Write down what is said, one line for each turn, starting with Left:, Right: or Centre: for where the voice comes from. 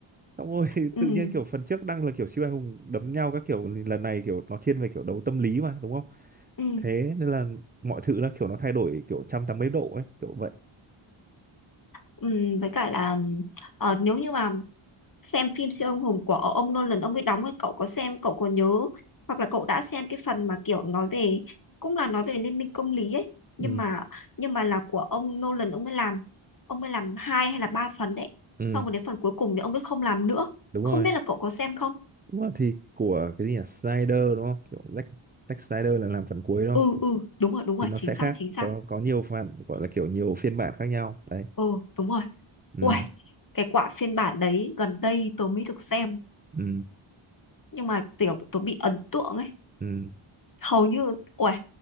Right: xong rồi <laughs>
Left: ừ
Right: tự nhiên kiểu phần trước đang là kiểu siêu anh hùng đấm nhau các kiểu thì lần này kiểu nó thiên về kiểu đấu tâm lý mà đúng không
Left: ừ
Right: thế nên là mọi thứ là kiểu nó thay đổi kiểu 180 độ ấy kiểu vậy
Left: ừ với cả là ờ, nếu như mà xem phim siêu anh hùng của Ờ, ông Nolan ông ấy đóng ấy cậu có xem cậu có nhớ hoặc là cậu đã xem cái phần mà kiểu nói về cũng là nói về liên minh công lý ấy nhưng
Right: ừ
Left: mà nhưng mà là của ông Nolan ông mới làm ông mới làm hai hay là ba phần đấy
Right: ừ
Left: xong rồi đến phần cuối cùng thì ông ấy không làm nữa
Right: đúng
Left: không
Right: rồi
Left: biết là cậu có xem không
Right: Đúng rồi, thì của cái gì nhỉ Snyder đúng không kiểu Zack Zack Snyder là làm phần cuối đúng
Left: ừ
Right: không
Left: ừ đúng rồi đúng rồi
Right: thì nó
Left: chính
Right: sẽ
Left: xác
Right: khác
Left: chính xác
Right: có có nhiều phần gọi là kiểu nhiều phiên bản khác nhau đấy
Left: ừ đúng rồi
Right: ừ
Left: ui cái quả phiên bản đấy gần đây tớ mới được xem
Right: ừ
Left: nhưng mà kiểu tôi bị ấn tượng ấy
Right: ừ
Left: hầu như uầy,